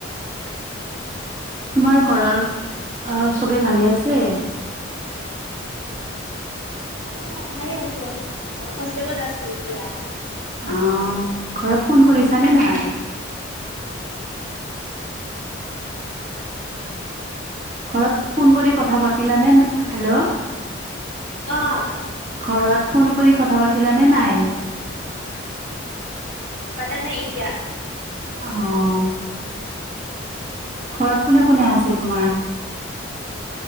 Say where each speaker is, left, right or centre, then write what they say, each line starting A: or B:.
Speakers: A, on the right; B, on the right.
A: তোমাৰ ঘৰৰ আ চবেই ভালে আছে?
B: অ' ভাই আছে। মইও হোষ্টেলত আছো এতিয়া।
A: অঁ, ঘৰত ফোন কৰিছানে নাই?
B: কি?
A: ঘৰত ফোন কৰি কথা পাতিলানে? হেল্ল'
B: অ', অ',
A: ঘৰত ফোন কৰি কথা পাতিলানে নাই?
B: পাতা নাই এতিয়া।
A: অঁ, ঘৰত কোনে কোনে আছে তোমাৰ?